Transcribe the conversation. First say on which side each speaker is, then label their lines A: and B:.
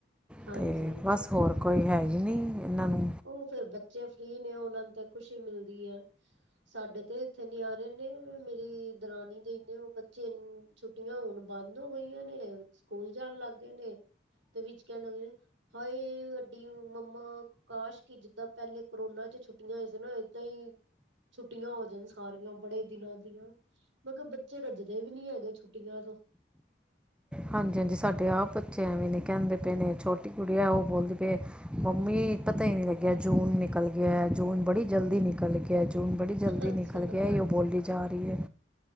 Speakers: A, on the right; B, in the centre.
A: ਹਾਂਜੀ
B: ਅਤੇ ਬਸ ਹੋਰ ਕੋਈ ਹੈ ਹੀ ਨਹੀਂ ਇਹਨਾਂ ਨੂੰ
A: ਉਹ ਫੇਿਰ ਬੱਚੇ ਫ੍ਰਰੀ ਨੇ ਉਹਨਾਂ ਨੂੰ ਤੇ ਖੁਸ਼ੀ ਮਿਲਦੀ ਹੈ ਸਾਡੇ ਤੇ ਇੱਥੇ ਨੀ ਆ ਰਹੇ ਨੇ ਮੇਰੀ ਦਰਾਨੀ ਦੇ ਹੀ ਨੇ ਉਹ ਬੱਚੇ ਛੁੱਟੀਆਂ ਹੁਣ ਬੰਦ ਹੋ ਗਈਆਂ ਨੇ ਸਕੂਲ ਜਾਣ ਲੱਗ ਗਏ ਨੇ ਤੇ ਵਿੱਚ ਕਹਿਣ ਲੱਗੇ ਹਾਏ ਵਡੀ ਮੰਮਾ ਕਾਸ਼ ਕੀ ਜਿੱਦਾਂ ਪਹਿਲੇ ਕਰੋਨਾ ਚ ਛੁੱਟੀਆਂ ਹੋਈਆਂ ਸੀ ਨਾ ਏਦਾਂ ਹੀ ਛੁੱਟੀਆਂ ਹੋ ਜਾਣ ਸਾਰੀਆਂ ਬੜੇ ਦਿਨਾਂ ਦੀਆਂ ਮੈਂ ਕਿਹਾ ਬੱਚੇ ਰੱਜਦੇ ਵੀ ਨੀ ਹੈਗੇ ਛੁੱਟੀਆਂ ਤੋਂ
B: ਹਾਂਜੀ ਹਾਂਜੀ ਸਾਡੇ ਆਪ ਬੱਚੇ ਐਵੇਂ ਨੀ ਕਹਿੰਦੇ ਪਏ ਨੇ ਛੋਟੀ ਕੁੜੀ ਆ ਉਹ ਬੋਲਦੀ ਪਏ ਮੰਮੀ ਪਤਾ ਹੀ ਨਹੀਂ ਲੱਗਿਆ ਜੂਨ ਨਿਕਲ ਗਿਆ ਜੂਨ ਬੜੀ ਜਲਦੀ ਨਿਕਲ ਗਿਆ ਜੂਨ ਬੜੀ ਜਲਦੀ
A: ਅੱਛਾ
B: ਨਿਕਲ ਗਿਆ ਉਹ ਬੋਲੀ ਜਾ ਰਹੀ ਹੈ